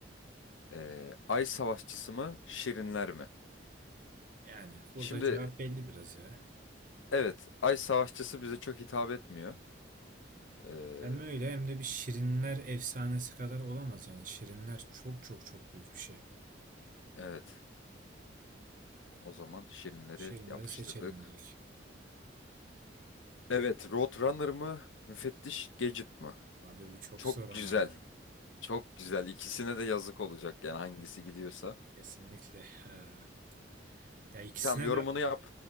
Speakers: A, on the left (about 85°); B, on the right (about 45°).
A: Ee, Ay Savaşçısı mı, Şirinler mi?
B: Yani burada
A: Şimdi
B: cevap belli biraz ya.
A: evet, Ay Savaşçısı bize çok hitap etmiyor. Ee,
B: Hem öyle hem de bir Şirinler efsanesi kadar olamaz yani. Şirinler çok çok çok büyük bir şey.
A: evet, o zaman Şirinleri
B: Şirinleri
A: yapıştırdık.
B: seçelim dedik.
A: Evet, Roadrunner mı, Müfettiş Gadget mı?
B: Abi bu çok
A: Çok
B: zor ama
A: güzel,
B: yani
A: çok güzel. İkisine de yazık olacak yani hangisi gidiyorsa.
B: Kesinlikle. Ha. Ya ikisine
A: Tamam, yorumunu
B: de
A: yap.